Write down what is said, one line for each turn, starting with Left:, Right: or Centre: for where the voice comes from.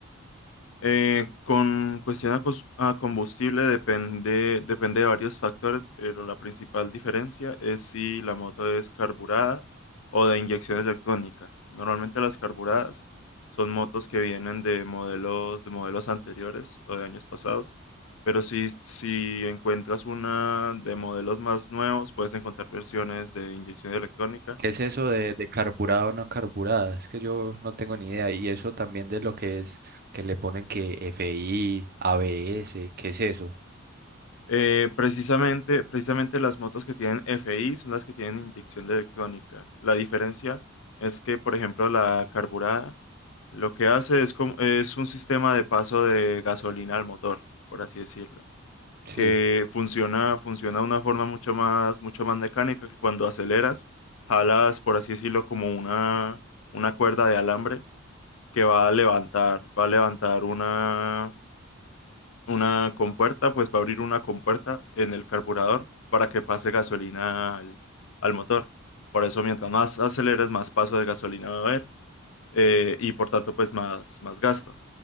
Left: Eh, con cuestión a, cos- a combustible depende, depende de varios factores, pero la principal diferencia es si la moto es carburada o de inyección electrónica. Normalmente las carburadas son motos que vienen de modelos, de modelos anteriores o de años pasados, pero si, si encuentras una de modelos más nuevos, puedes encontrar versiones de inyección electrónica
Right: ¿Qué es eso de, de carburado o no carburada? Es que yo no tengo ni idea. Y eso también de lo que es, que le ponen que FI, ABS, ¿qué es eso?
Left: Eh, precisamente, precisamente las motos que tienen FI son las que tienen inyección electrónica. La diferencia es que, por ejemplo, la carburada lo que hace es, como- es un sistema de paso de gasolina al motor, por así decirlo,
Right: Sí.
Left: que funciona, funciona de una forma mucho más, mucho más mecánica que cuando aceleras, jalas, por así decirlo, como una, una cuerda de alambre que va a levantar, va a levantar una una compuerta, pues va a abrir una compuerta en el carburador para que pase gasolina al, al motor. Por eso, mientras más aceleres, más paso de gasolina va a haber eh, y por tanto, pues más, más gasto.